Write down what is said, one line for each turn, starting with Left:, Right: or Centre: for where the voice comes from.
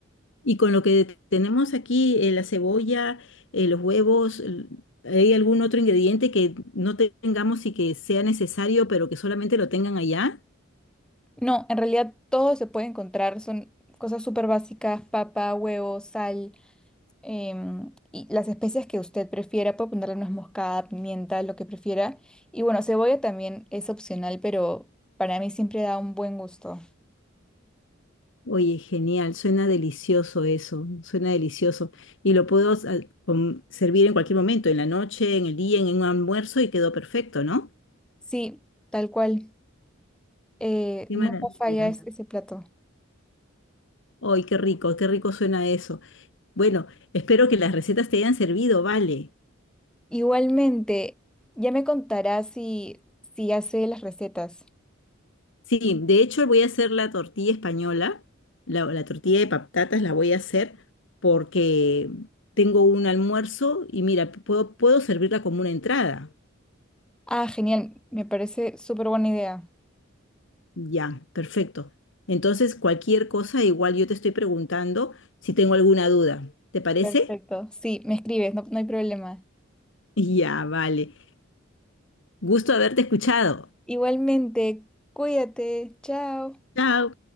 Left: Y con lo que te- tenemos aquí, eh, la cebolla, eh, los huevos, l- ¿hay algún otro ingrediente que no tengamos y que sea necesario, pero que solamente lo tengan allá?
Centre: No, en realidad todo se puede encontrar, son cosas súper básicas, papa, huevo, sal, em, y las especias que usted prefiera, puede ponerle nuez moscada, pimienta, lo que prefiera. Y bueno, cebolla también es opcional, pero para mí siempre da un buen gusto.
Left: Oye, genial, suena delicioso eso, suena delicioso. Y lo puedo ah, com- servir en cualquier momento, en la noche, en el día, en un almuerzo y quedó perfecto, ¿no?
Centre: Sí, tal cual, eh,
Left: Qué
Centre: nunca
Left: maravilla.
Centre: falla es- ese plato.
Left: Ay, qué rico, qué rico suena eso. Bueno, espero que las recetas te hayan servido, vale.
Centre: Igualmente, ya me contará si, si hace las recetas.
Left: Sí, de hecho voy a hacer la tortilla española, la, la tortilla de patatas la voy a hacer porque tengo un almuerzo y mira, puedo, puedo servirla como una entrada.
Centre: Ah, genial, me parece súper buena idea.
Left: Ya, perfecto. Entonces, cualquier cosa, igual yo te estoy preguntando si tengo alguna duda. ¿Te parece?
Centre: Perfecto.
Left: <laughs>
Centre: Sí, me escribes, no, no hay problema.
Left: Ya, vale. Gusto haberte escuchado.
Centre: Igualmente, cuídate. Chao.
Left: Chao.